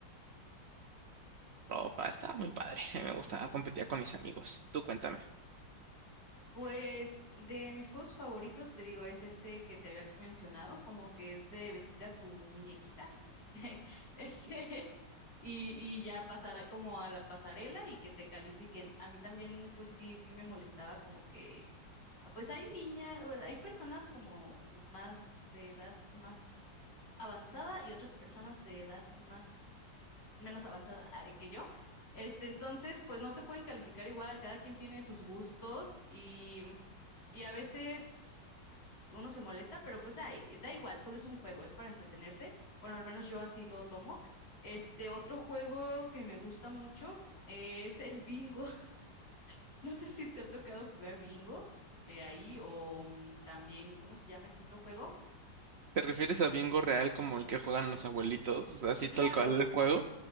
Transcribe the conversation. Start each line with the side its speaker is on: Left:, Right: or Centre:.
Right: ropa. Estaba muy padre. <laughs> A mí me gustaba, competía con mis amigos. Tú cuéntame.
Left: Pues de mis juegos favoritos, te digo, es ese que te había mencionado, como que es de vestir a tu muñequita, <laughs> ese, y, y ya pasar a- como a la pasarela y que te califiquen. A mí también, pues sí, sí me molestaba como que, ah, pues hay niñas, hay personas como pues más de edad más avanzada y otras personas de edad más menos avanzada ay, que yo. Este, entonces, pues no te pueden calificar igual, cada quien tiene sus gustos y, y a veces uno se molesta, pero pues ay, da igual, solo es un juego, es para entretenerse. Bueno, al menos yo así lo tomo. Este, otro juego que me gusta mucho es el bingo. <laughs> No sé si te ha tocado jugar bingo eh, ahí o mm, también, ¿cómo se llama este otro juego?
Right: ¿Te refieres a bingo real como el que juegan los abuelitos? Así
Left: Claro,
Right: tal cual el juego.